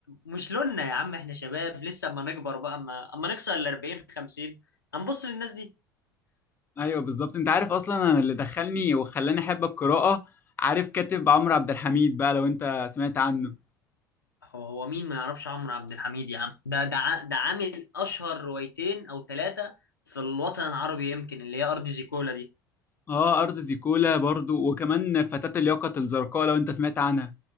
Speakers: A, on the left (about 85°); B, on the left (about 20°).
A: مش لوننا يا عم احنا شباب لسه اما نكبر بقى اما اما نكسر ال 40 50 هنبص للناس دي
B: ايوه بالظبط انت عارف اصلا انا اللي دخلني وخلاني احب القراءه عارف كاتب عمرو عبد الحميد بقى لو انت سمعت عنه
A: هو هو مين ما يعرفش عمرو عبد الحميد يا عم ده ده ع- ده عامل اشهر روايتين او ثلاثه في الوطن العربي يمكن اللي هي ارض زيكولا دي
B: اه ارض زيكولا برضو وكمان فتاة اليقظة الزرقاء لو انت سمعت عنها